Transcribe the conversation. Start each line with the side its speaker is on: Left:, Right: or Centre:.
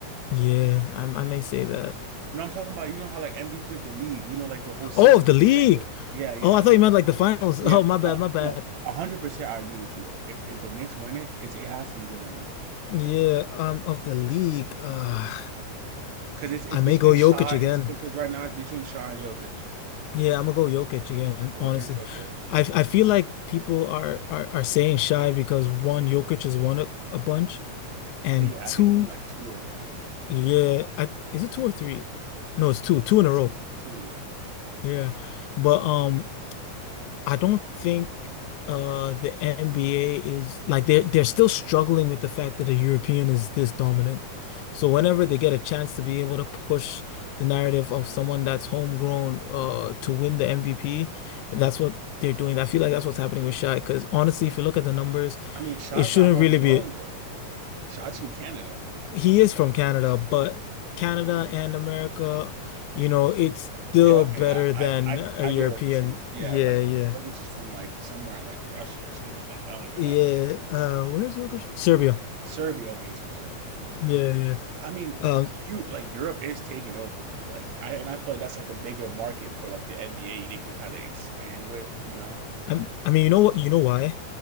Left: Yeah, I, I may say that.
Right: You know, I'm talking about, you know how like MVP of the league, you know, like the whole season,
Left: Oh, of the
Right: like,
Left: league.
Right: the regular. Yeah, yeah,
Left: Oh, I
Right: like
Left: thought you
Right: of
Left: meant
Right: the
Left: like the
Right: league.
Left: finals.
Right: Yeah,
Left: Oh, my bad,
Right: no,
Left: my bad.
Right: no, a hundred percent. I agree with you though. If if the Knicks win it, it's, it has to be Jalen Brunson
Left: Yeah, um, of the league. Uh,
Right: because it's it's
Left: I
Right: between
Left: may go Jokic
Right: Shaw.
Left: again.
Right: It's because right now it's between Shaw and Jokic.
Left: Yeah, I'm gonna go Jokic again,
Right: Jokic,
Left: honestly.
Right: okay.
Left: I I feel like people are are, are saying shy because one, Jokic has won a, a bunch, and
Right: I think yeah,
Left: two,
Right: I think he won like two already or something like
Left: yeah,
Right: that.
Left: I, is it two or three? No, it's two, two in a
Right: Two,
Left: row.
Right: two, yeah.
Left: Yeah. But um I don't think uh the NBA is like they're they're still struggling with the fact that a European is this dominant. So whenever they get a chance to be able to push the narrative of someone that's homegrown uh to win the MVP, that's what they're doing. I feel like that's what's happening with Shaq because honestly, if you look at the numbers,
Right: I mean, Shaw's
Left: it shouldn't
Right: not homegrown
Left: really be
Right: though. Shaw's from Canada.
Left: he is from Canada, but Canada and America, you know, it's still
Right: Yeah, okay.
Left: better
Right: I
Left: than
Right: I I,
Left: a
Right: I
Left: European.
Right: get what you're saying. Yeah,
Left: Yeah,
Right: like
Left: yeah.
Right: Jokic is from like somewhere in like Russia or something like that. I don't even
Left: Yeah,
Right: know.
Left: uh, where's Uruguay? from? Serbia.
Right: Serbia. Okay, he's from Serbia. Okay, gotcha.
Left: Yeah, yeah.
Right: I mean,
Left: Um,
Right: you like Europe is taking over though. Like I and I feel like that's like a bigger market for like the NBA they could kind of expand with, you know.
Left: I'm, I mean, you know what? You know why?